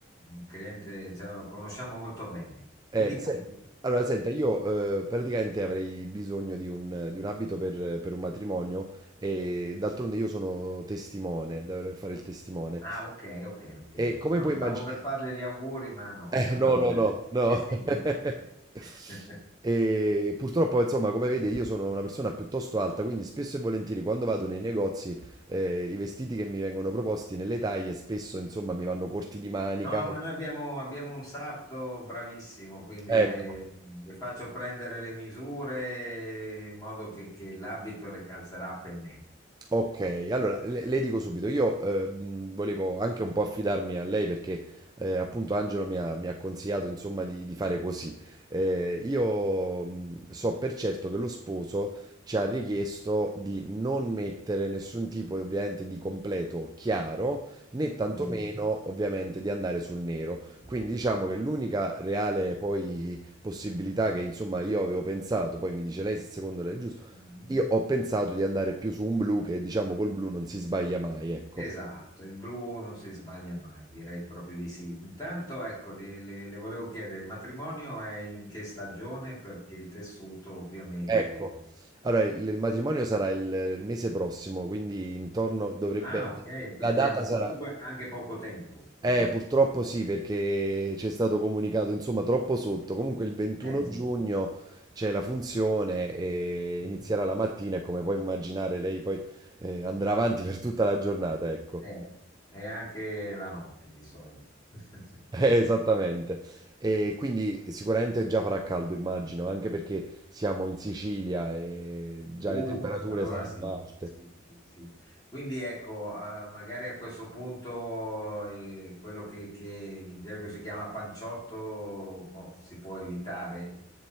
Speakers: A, on the left; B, on the right.
A: Un cliente, cioè, lo conosciamo molto bene. Mi
B: Eh,
A: dica,
B: se-
A: mi dica.
B: Allora, senta, io eh, praticamente avrei bisogno di un, di un abito per, per un matrimonio e d'altronde io sono testimone, dovrei fare il testimone.
A: Ah, ok, ok, ok.
B: E come
A: No,
B: puoi immaginare...
A: stavo per farle gli auguri, ma no.
B: Eh,
A: Allora,
B: no, no,
A: <laughs>
B: no, no.
A: Eh sì,
B: <laughs>
A: ok. <laughs>
B: E purtroppo, insomma, come vede, io sono una persona piuttosto alta, quindi spesso e volentieri quando vado nei negozi, eh, i vestiti che mi vengono proposti nelle taglie spesso, insomma, mi vanno corti di manica.
A: No, ma noi abbiamo, abbiamo un sarto bravissimo, quindi
B: Ecco,
A: le, le faccio prendere le misure in modo che, che l'abito le calzerà a pennello.
B: Ok, allora le, le dico subito, io eh, mh, volevo anche un po' affidarmi a lei perché eh, appunto Angelo mi ha, mi ha consigliato insomma di, di fare così. Eh, io mh, so per certo che lo sposo ci ha richiesto di non mettere nessun tipo ovviamente di completo chiaro né tantomeno
A: Mm.
B: ovviamente di andare sul nero. Quindi diciamo che l'unica reale poi possibilità che insomma io avevo pensato, poi mi dice lei se secondo lei è giusto
A: Mm.
B: io ho pensato di andare più su un blu che diciamo col blu non si sbaglia mai, ecco.
A: Esatto, il blu non si sbaglia mai, direi proprio di sì. Intanto, ecco, le, le- le volevo chiedere, il matrimonio è in che stagione? Perché il tessuto ovviamente...
B: Ecco. Allora il il matrimonio sarà il mese prossimo, quindi intorno dovrebbe
A: Ah, ok, quindi
B: la data
A: abbiamo
B: sarà
A: comunque anche poco tempo. Ok.
B: eh, purtroppo sì, perché c'è stato comunicato insomma troppo sotto. Comunque il 21
A: Eh, sì.
B: giugno c'è la funzione e
A: Mm.
B: inizierà la mattina e come puoi immaginare lei poi eh, andrà avanti per tutta la giornata, ecco.
A: Eh, è anche la notte di solito. <laughs>
B: Eh, Esattamente. E quindi sicuramente già farà caldo, immagino, anche perché siamo in Sicilia e già
A: Uh,
B: le temperature
A: allora
B: saranno
A: sì,
B: alte.
A: sì, sì, sì. Quindi ecco, eh, magari a questo punto eh, quello che, che in gergo si chiama panciotto, boh, si può evitare.